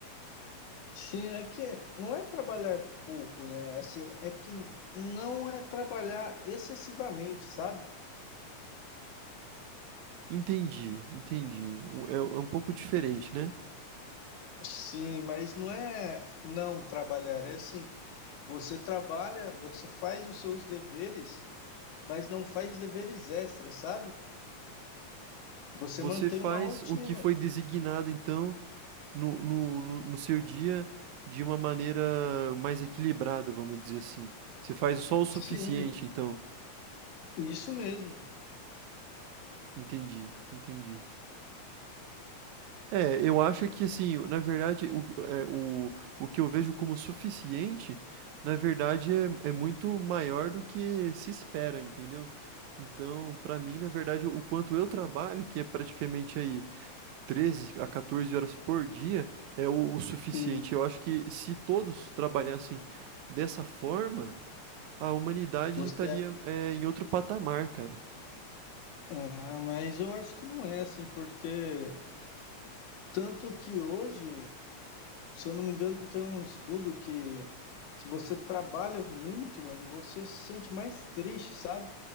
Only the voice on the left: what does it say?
Se é que não é trabalhar pouco, né? Assim, é que não é trabalhar excessivamente, sabe?
Sim, mas não é não trabalhar, é assim, você trabalha, você faz os seus deveres, mas não faz deveres extras, sabe? Você
mantém
uma rotina.
Sim,
Isso mesmo.
Hum,
Você,
ah, mas eu acho que não é assim, porque tanto que hoje, se eu não me engano, tem um estudo que se você trabalha muito, mano, você se sente mais triste, sabe?